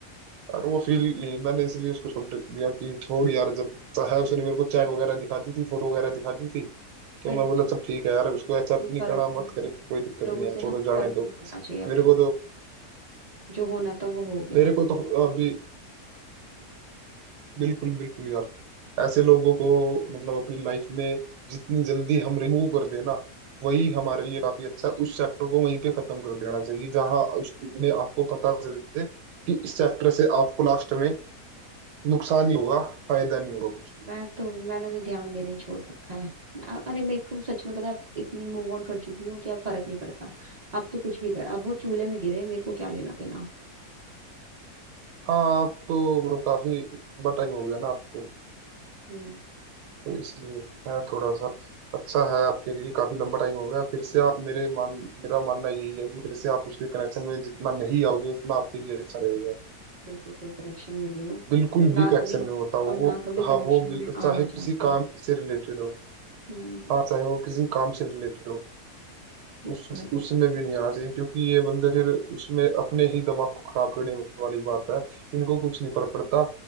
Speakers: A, on the right; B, on the right.
A: और वो फील नहीं मैंने इसलिए उसको छोड़ दिया कि छोड़ यार जब चाहे उसने मेरे को चैट वगैरह दिखा दी थी फोटो वगैरह दिखा दी थी तो
B: पर
A: मैं
B: इससे
A: बोला चल ठीक है यार उसको एक्सेप्ट
B: कोई
A: नहीं
B: फर्क
A: करना
B: नहीं
A: मत करे कोई दिक्कत
B: लोगों
A: नहीं
B: से
A: है छोड़ो
B: ना कोई
A: जाने
B: फर्क नहीं
A: दो
B: पड़ना चाहिए अब
A: मेरे
B: तो
A: को तो
B: जो होना था वो हो गया
A: मेरे को तो अभी बिल्कुल बिल्कुल यार ऐसे लोगों को मतलब अपनी लाइफ में जितनी जल्दी हम रिमूव कर देना वही हमारे लिए काफी अच्छा है उस चैप्टर को वहीं पे खत्म कर देना चाहिए जहां उसमें आपको पता चल जाए कि इस चैप्टर से आपको लास्ट में नुकसान ही होगा फायदा नहीं होगा कुछ भी
B: मैं तो मैंने तो ध्यान देना ही छोड़ रखा है अ- अरे मेरे को सच में पता है, अब इतनी मूव ऑन कर चुकी हूँ कि अब फर्क नहीं पड़ता अब तो कुछ भी कर अब वो चूल्हे में गिरे मेरे को क्या लेना देना
A: हाँ आप तो मतलब काफी बटा ही हो गया ना आपको
B: हम्म
A: तो इसलिए है थोड़ा सा अच्छा है आपके लिए काफी लंबा टाइम हो गया फिर से आप मेरे मान मेरा मानना यही है कि फिर से आप उसके कनेक्शन में जितना नहीं आओगे उतना आपके लिए अच्छा रहेगा
B: मैं बिल्कुल कोई कनेक्शन में नहीं हूँ
A: बिल्कुल
B: और
A: भी
B: ना
A: कनेक्शन
B: कभी
A: में होता हो
B: और ना
A: वो
B: कभी कनेक्शन
A: हाँ वो बिल-
B: में
A: चाहे
B: आना
A: किसी
B: चाहती हूँ
A: काम से रिलेटेड हो
B: हम्म
A: हाँ चाहे वो किसी काम से रिलेटेड हो
B: ये
A: उस
B: तो है
A: उसमें भी नहीं आना चाहिए क्योंकि ये बंदे फिर उसमें अपने ही दिमाग को खराब करने वाली बात है इनको कुछ नहीं फर्क पड़ता